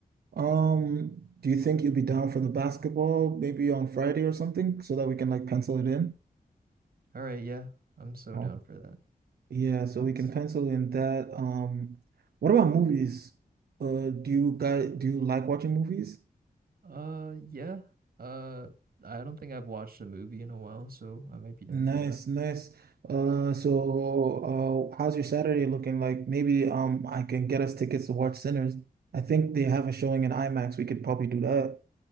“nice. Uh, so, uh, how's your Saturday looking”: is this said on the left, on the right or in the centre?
Right